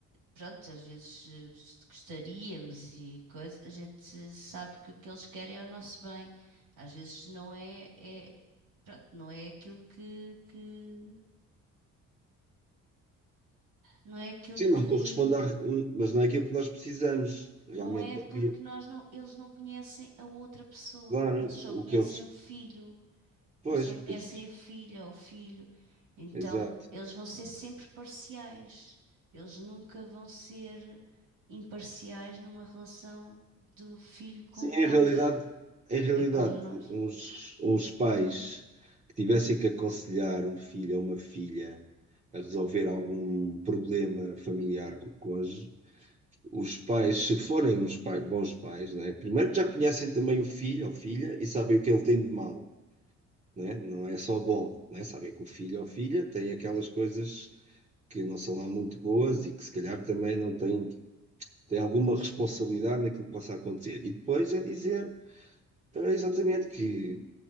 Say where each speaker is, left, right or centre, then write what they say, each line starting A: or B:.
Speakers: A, on the right; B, on the right.
A: pronto, às vezes eh, gostaríamos e coisa, a gente sabe que o que eles querem é o nosso bem. Às vezes não é, é, pronto, não é aquilo que, que, não é aquilo
B: Sim,
A: que,
B: não corresponde à, mas não é aquilo que nós precisamos realmente
A: não é
B: da
A: porque
B: vida.
A: nós não, eles não conhecem a outra pessoa,
B: Claro,
A: eles só conhecem
B: o que eles.
A: o filho,
B: Pois,
A: eles só
B: porque
A: conhecem
B: eles.
A: a filha ou o filho. Então,
B: Exato.
A: eles vão ser sempre parciais. Eles nunca vão ser imparciais numa relação do filho com
B: Sim,
A: o cônjuge.
B: em realidade, em realidade,
A: É como nós.
B: uns, uns pais que tivessem que aconselhar um filho ou uma filha a resolver algum problema familiar com o cônjuge, os pais, se forem uns pai- bons pais, né, primeiro já conhecem também o filho ou filha e sabem o que ele tem de mau, né? Não é só bom, né? Sabem que o filho ou filha tem aquelas coisas que não são lá muito boas e que se calhar também não têm, tem alguma responsabilidade naquilo que possa acontecer. E depois é dizer. Então, é exatamente, que